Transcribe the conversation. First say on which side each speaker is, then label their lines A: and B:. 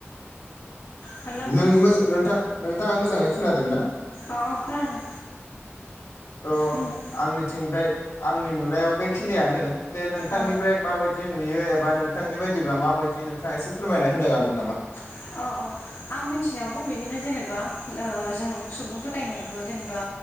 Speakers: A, on the left; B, on the left.
A: हेल' अ
B: नों नोंथां नोंथाङा मोजाङै खोनादों ना?
A: अ' अ' खोनादों।
B: अ'
A: बुंलाय
B: आंनिथिं बे आंनि नुनायाव बेखिनियानो जे नोंथांनिफ्राय
A: औ
B: माबायदि दि नुयो एबा नोंथांनि बायदिब्ला मा बायदि नोंथाङा एसे फोरमायना होनो हागोन नामा?
A: अ अ आं मिथिनायावबो बिदिनो जेनेबा ओ जों सुबुं फोथायनायखौ जेनेबा